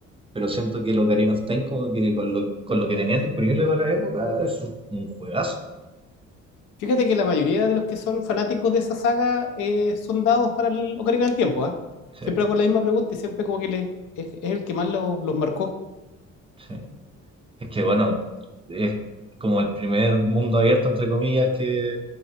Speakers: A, on the right; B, on the left.
A: Pero siento que el Ocarina of Time, como que con lo, con lo que tenían disponible para la época, es un juegazo.
B: Fíjate que la mayoría de los que son fanáticos de esa saga eh, son dados para el Ocarina del Tiempo, ¿ah?
A: Sí,
B: Siempre hago la misma pregunta y siempre como que le, es, es el que más lo- los marcó.
A: sí. Es que bueno, es como el primer mundo abierto, entre comillas, que